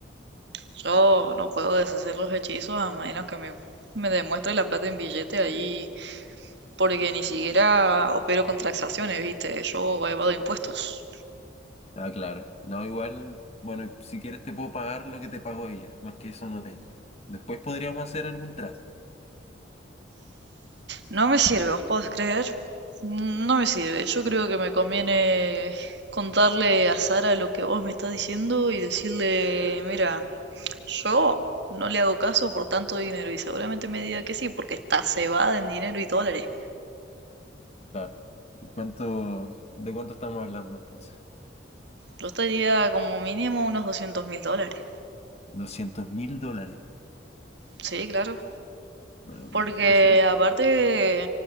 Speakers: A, on the right; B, on the left.
A: yo no puedo deshacer los hechizos a menos que me, me demuestre la plata en billete ahí, porque ni siquiera opero con transacciones, ¿viste? Yo evado impuestos.
B: Ah, claro. No, igual, bueno, si quieres te puedo pagar lo que te pagó ella. Más que eso no tengo. Después podríamos hacer algún trato.
A: No me sirve, ¿os podés creer? No me sirve, yo creo que me conviene contarle a Sara lo que vos me estás diciendo y decirle, mira, Yo no le hago caso por tanto dinero y seguramente me diga que sí, porque está cebada en dinero y dólares.
B: Claro. ¿Cuánto, de cuánto estamos hablando entonces?
A: Yo estaría como mínimo unos doscientos mil dólares.
B: Doscientos mil dólares.
A: Sí, claro.
B: Bueno,
A: Porque
B: es el-
A: aparte,